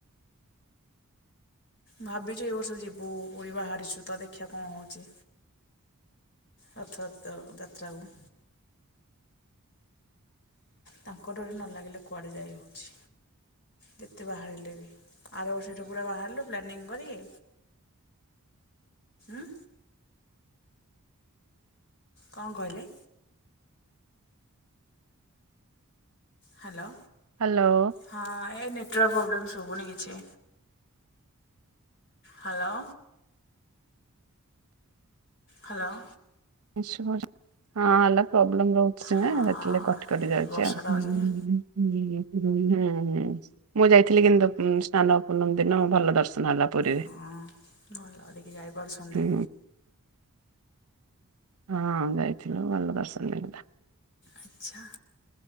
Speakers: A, on the left; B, on the right.
A: ଭାବିଛୁ ଏ ବର୍ଷ ଯିବୁ ପୁରୀ ବାହାରିଛୁ ତ ଦେଖିଆ କଣ ହଉଛି। ରଥତ୍ରାକୁ ଯାତ୍ରାକୁ। ତାଙ୍କ ଡରି ନ ଲାଗିଲେ କୁଆଡେ ଯାଇ ହଉଛି। ଯେତେ ବାହାରିଲେ ବି। ଆର ବର୍ଷ ଏଠୁ ପୁରା ବାହାରିଲୁ ପ୍ଲାନିଂ କରିକି ଉଁ କଣ କହିଲେ? ହ୍ୟାଲୋ।
B: ହ୍ୟାଲୋ।
A: ହଁ ଏ ନେଟୱାର୍କ ପ୍ରୋବ୍ଲେମ୍ ଶୁଭୁନି କିଛି ହ୍ୟାଲୋ। ହ୍ୟାଲୋ।
B: ବିଶୁ ଭାଉଜ ହଁ ହାଲୋ ପ୍ରୋବ୍ଲେମ ରହୁଛି
A: ହଁ
B: ସେଥିଲେ କଟି କଟି
A: ଏଇ
B: ଯାଉଛି
A: ବର୍ଷାଟା
B: ଆଉ। ହୁଁ
A: ହେଉଛି ଯେ
B: ହୁଁ ମୁଁ ଯାଇଥିଲି କିନ୍ତୁ ସ୍ନାନ ପୂର୍ଣମି ଦିନ ଭଲ ଦର୍ଶ ଭଲ ପୁରୀ
A: ହଁ ଭଲ ଲିକି ଯାଇପାରୁଛନ୍ତି।
B: ହୁଁ ହଁ ଯାଇଥିଲୁ ଭଲ ଦର୍ଶନ ମିଲା।
A: ଆଚ୍ଛା।